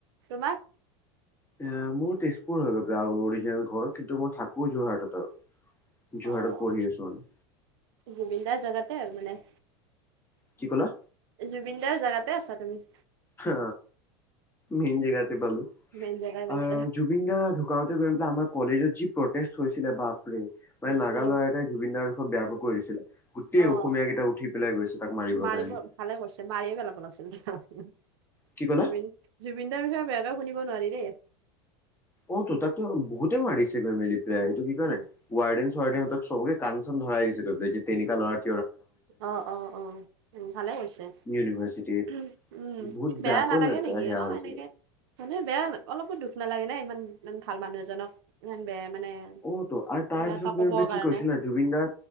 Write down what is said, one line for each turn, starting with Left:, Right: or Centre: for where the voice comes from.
Right: তোমাক
Left: এ মোৰ তেজপুৰ হৈ গৈ আৰু অৰিজিনেল ঘৰ কিন্তু মই থাকো যোৰহাটত আৰু। যোৰহাটত
Right: অ',
Left: পঢ়ি আছো মানে।
Right: জুবিন দাৰ জেগাতে আৰু মানে।
Left: কি ক'লা?
Right: জুবিনদাৰ জেগাতে আছা তুমি।
Left: অ মেইন জেগাতে পালো।
Right: মেইন জেগাই পাইছা।
Left: আৰু জু- বিন গাৰ ধূকাওতে গৈ পেলাই আমাৰ কলেজৰ যি প্ৰটেষ্ট হৈছিলে বাপৰে মানে
Right: উম,
Left: নাগা
Right: উম,
Left: ল'ৰা এটাই জুবিন দাৰ বিষয়ে বেয়াকৈ কৰিছিলে। গোটেই
Right: অ'।
Left: অসমীয় কেইটা উঠি পেলাই গৈছে তাক মাৰিবৰ
Right: মাৰিব
Left: কাৰণে।
Right: ভালে কৰিছে মাৰিয়ে পেলাব লাগিছিল <unintelligible>
Left: কি ক'লা
Right: জুবিন জুবিনদাৰ বিষয়ে বেয়াকৈ শুনিব নোৱাৰি দেই।
Left: অ তো তাকো বহুতে মাৰিছে গৈ মেলি প্ৰায় এইটো কি কয়
Right: উম
Left: নাই ৱাৰডেন চোৱাৰডেন হেতক চবকে কান চান ধৰাই দিছে পাই যে তেনেকা ল'ৰাক
Right: অ অ অ‌ উম ভালে হৈছে।
Left: ইউনিভাৰ্চিটিত
Right: উমহ। উম!
Left: বহুত
Right: বেয়া
Left: বেয়াকৈ
Right: নালাগে নেকি
Left: সেয়া
Right: এন
Left: হৈছিল
Right: এনেকে মানে বেয়া অলপো দুখ নালাগে নে ইমান ইমান ভাল মানুহ এজনক ইমান বেয়া মানে
Left: অ ত আৰু
Right: কিবা
Left: তাৰ পিছত
Right: এটা
Left: গৈ
Right: ক'বৰ
Left: পিনে কি
Right: কাৰণে
Left: কৈছে নে জুবিন দাৰ